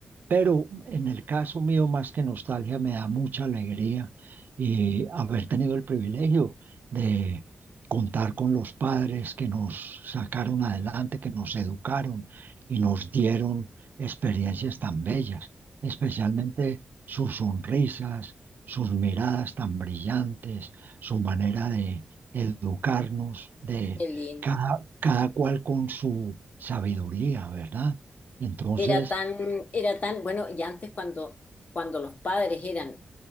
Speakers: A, on the right (about 60°); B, on the left (about 45°).
A: pero en el caso mío, más que nostalgia, me da mucha alegría eh, haber tenido el privilegio de contar con los padres que nos sacaron adelante, que nos educaron y nos dieron experiencias tan bellas, especialmente sus sonrisas, sus miradas tan brillantes, su manera de educarnos, de
B: Qué lindo.
A: cada, cada cual con su sabiduría, ¿verdad? Entonces...
B: Era tan, era tan, bueno, y antes cuando, cuando los padres eran